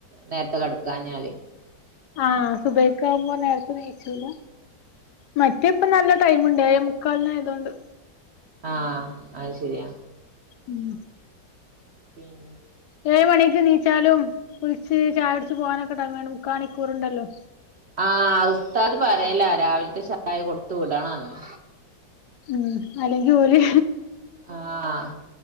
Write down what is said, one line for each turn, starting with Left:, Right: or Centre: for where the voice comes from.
Right: നേരത്തെ കെടക്കാഞ്ഞാല്
Left: ആഹ് സുബൈക്കാവുമ്പോ നേരത്തെ നീച്ചൂല മറ്റേപ്പ നല്ല ടൈമ്ണ്ട് ഏഴേ മുക്കാലിനായതൊണ്ട്
Right: ആഹ് അത് ശരിയാ
Left: ഉം
Right: പിൻ
Left: ഏഴ് മണിക്ക് നീച്ചാലും കുളിച്ച് ചായുടിച്ച് പോകാനൊക്കെ ടൈമ്ണ്ട് മുക്കാ മണിക്കൂറ്ണ്ടല്ലോ
Right: ആഹ് ഉസ്താദ് പറേല രാവിലത്തെ ചായ കൊടുത്ത് വിടണന്ന്
Left: ഉം അല്ലെങ്കിൽ ഓല്
Right: ആഹ്